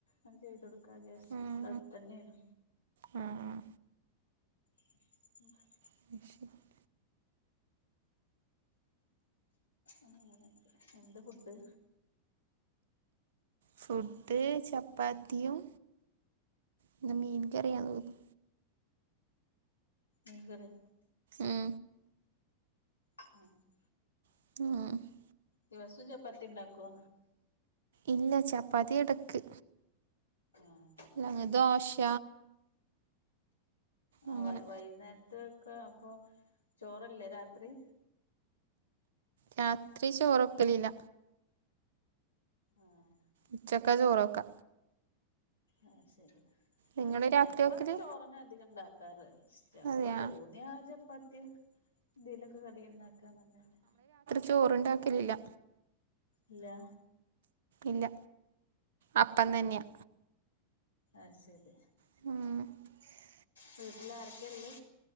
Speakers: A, on the left (about 75°); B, on the right (about 60°).
A: അണ്ട് ചെയ്തോ കാജേഷ്
B: ഉം
A: ഇവടട്ത്തന്നേണ്
B: ഉം
A: <inaudible>
B: <unintelligible>
A: അങ്ങനേ ഒക്കേ എന്താ ഫുഡ്
B: ഫുഡ് ചപ്പാത്തിയും ഇന്ന് മീൻ കറിയാന്ന് തോന്ന്
A: മീൻ കറിയോ
B: മ്
A: <inaudible>
B: <unintelligible>
A: ദിവസും ചപ്പാത്തിണ്ടാക്കോ
B: ഇല്ല ചാപ്പാത്തി എടക്ക്
A: ആഹ്
B: അല്ലെങ്ങ് ദോശ
A: ആ
B: അങ്ങനെ
A: വൈ വൈന്നേരത്തൊക്കെ അപ്പൊ ചോറല്ലേ രാത്രി
B: രാത്രി ചോറൊക്കലില്ല
A: ആഹ്
B: ഉച്ചക്കാ ചോറ് വെക്ക
A: ആഹ് ശരി
B: നിങ്ങള് രാത്രി
A: ഞങ്ങളെന്നും
B: വെക്കല്
A: ചോറെന്നാ അധികം ഇണ്ടാക്കാറ് ചെൽപ്പോ
B: അതെയാ
A: തോന്നാ ചപ്പാത്തിം എന്തേലൊക്കെ കടി ഇണ്ടാക്കാന്നെല്ലാതെ
B: ചോറ്ണ്ടാകലില്ല
A: ഇല്ലാ
B: ഇല്ല അപ്പം തെന്നെയാ
A: ഐ ശെരി
B: മ്
A: വീട്ടിൽ ആരെക്കെ ഇള്ള്